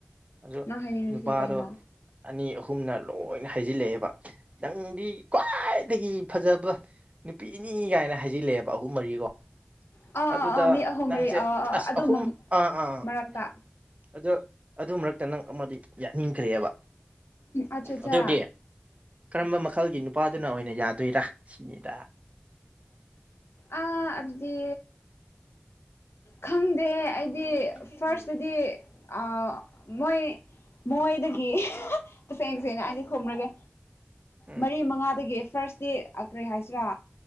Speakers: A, on the right; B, on the left.
A: ꯑꯗꯨ
B: ꯅꯪ ꯍꯥꯏꯅꯤꯡꯉꯤꯁꯦ
A: ꯅꯨꯄꯥꯗꯣ
B: ꯀꯩꯅꯣ
A: ꯑꯅꯤ ꯑꯍꯨꯝꯅ ꯂꯣꯏꯅ ꯍꯥꯏꯖꯤꯜꯂꯛꯑꯦꯕ ꯅꯪꯗꯤ ꯈ꯭ꯋꯥꯏꯗꯒꯤ ꯐꯖꯕ ꯅꯨꯄꯤꯅꯤ ꯀꯥꯏꯅ ꯍꯥꯏꯖꯤꯜꯂꯦꯕ ꯑꯍꯨꯝ ꯃꯔꯤꯀꯣ
B: ꯑꯥ ꯑꯥ
A: ꯑꯗꯨꯗ
B: ꯑꯥ ꯃꯤ ꯑꯍꯨꯝ
A: ꯅꯪꯁꯦ
B: ꯃꯔꯤ ꯑꯥ ꯑꯥ
A: ꯑꯁ
B: ꯑꯗꯨ
A: ꯑꯍꯨꯝ ꯑꯥ ꯑꯥ
B: ꯃꯔꯛꯇ
A: ꯑꯗꯣ ꯑꯗꯨ ꯃꯔꯛꯇ ꯅꯪ ꯑꯃꯗꯤ ꯌꯥꯅꯤꯡꯈ꯭ꯔꯦꯕ
B: ꯑꯠꯆꯥ ꯑꯠꯆꯥ
A: ꯑꯗꯨꯗꯤ ꯀꯔꯝꯕ ꯃꯈꯜꯒꯤ ꯅꯨꯄꯥꯗꯨꯅ ꯑꯣꯏꯅ ꯌꯥꯗꯣꯏꯔꯥ ꯁꯤꯅꯤꯗ
B: ꯑ ꯑꯗꯨꯗꯤ ꯈꯪꯗꯦ ꯑꯩꯗꯤ ꯐꯥꯔꯁꯇꯗꯤ ꯑꯥ ꯃꯣꯏ ꯃꯣꯏꯗꯒꯤ ꯇꯁꯦꯡ ꯇꯁꯦꯡꯅ ꯑꯅꯤ ꯈꯨꯝꯔꯒꯦ
A: ꯎꯝ
B: ꯃꯔꯤ ꯃꯉꯥꯗꯒꯤ ꯐꯥꯔꯁꯇꯤ ꯀꯔꯤ ꯍꯥꯏꯁꯤꯔꯥ